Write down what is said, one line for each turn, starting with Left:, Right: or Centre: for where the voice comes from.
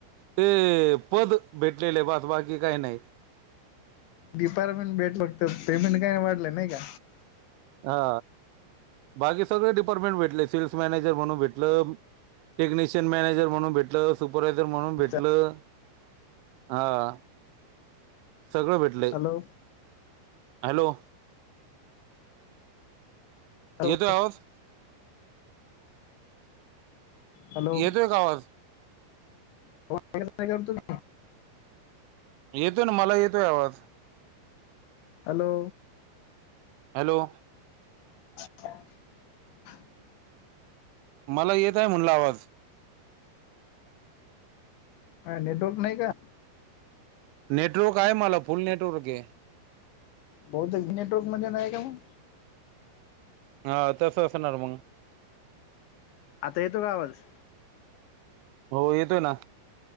Right: ते पद भेटलेलं आहे, बास बाकी काय नाही.
Left: डिपार्टमेंट भेटलं फक्त पेमेंट काई‌ वाढला नई का.
Right: हा. बाकी सगळे डिपार्टमेंट भेटले. सेल्स मॅनेजर म्हणून भेटलं. टेक्निशियन मॅनेजर म्हणून भेटलं सुपरवायझर म्हणून भेटलं
Left: अच्छा.
Right: हा. सगळं भेटलंय.
Left: Hello
Right: hello.
Left: हॅलो
Right: येतोय आवाज?
Left: हॅलो
Right: येतोय का आवाज?
Left: <unintelligible>
Right: येतोय ना मला येतोय आवाज.
Left: हॅलो.
Right: हॅलो.
Left: <unintelligible>
Right: मला येत आहे म्हणला आवाज.
Left: काय नेटवर्क नाही का?
Right: नेटवर्क आहे मला फुल नेटवर्क आहे.
Left: बहुतेक ‌नेटवर्कमध्ये नाही का मग?
Right: हा तसं असणार मग.
Left: आता येतोय का आवाज?
Right: होय येतोय ना.